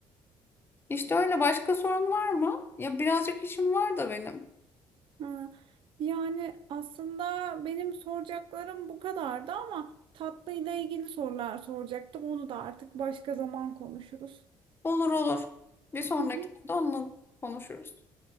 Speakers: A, on the left; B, on the right.
A: İşte öyle başka sorun var mı? Ya birazcık işim var da benim.
B: Hı. Yani aslında benim soracaklarım bu kadardı ama tatlıyla ilgili sorular soracaktım. Onu da artık başka zaman konuşuruz.
A: Olur olur. Bir sonrakinde
B: <laughs>
A: onunla konuşuruz.